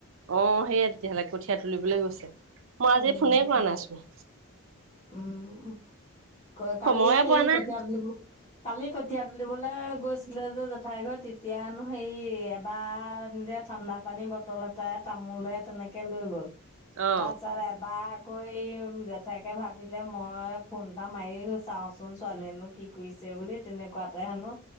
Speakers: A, on the right (about 60°); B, on the left (about 25°).
A: অ সেয়া তেতিয়াহ'লে কঠীয়া তুলিবলৈ গৈছে মই আজি
B: উম
A: ফোনে কৰা নাইছো
B: উম কয় কালিয়
A: সময়ে
B: সেই
A: পোৱা নাই
B: কঠীয়া তুলিব কালি কঠীয়া তুলিব লে গৈছিলে যে জেঠাই ঘৰ তেতিয়া হেনো হেৰি এবাৰ যে ঠাণ্ডা পানী বটল এটাত তামোল তেনেকে লৈ গল
A: অ
B: তাৰপিছত এবাৰ আকৌ এই জেঠাইক কে ভাবিলে মই ফোন এটা মাৰি চাওঁচোন ছোৱালীনো কি কৰিছে বুলি তেনেকুৱাতে হেন নো